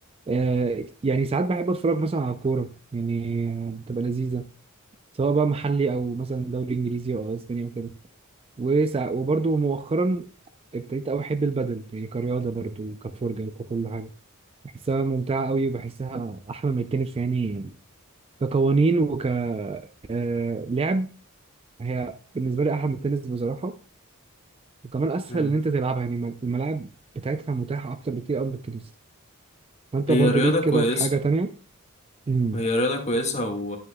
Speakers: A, on the right (about 25°); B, on the left (about 30°).
A: آه يعني ساعات بحب اتفرج مثلا على الكورة يعني بتبقى لذيذة سواء بقى محلي او مثلا دوري انجليزي او اسبانيا وكده وسع... وبرضه مؤخرا ابتديت قوي احب البدل يعني كرياضه برضه كفرجه وككل حاجه بحسها ممتعه قوي وبحسها احلى من التنس يعني كقوانين وك آه، لعب هي بالنسبه لي احلى من التنس بصراحه وكمان اسهل
B: مم.
A: ان انت تلعبها يعني الم- الملاعب بتاعتها متاحه اكتر بكتير قوي من التنس فانت
B: هي
A: برضه
B: رياضة
A: ليك
B: كويسة
A: كده في حاجه تانية امم
B: هي رياضة كويسة و...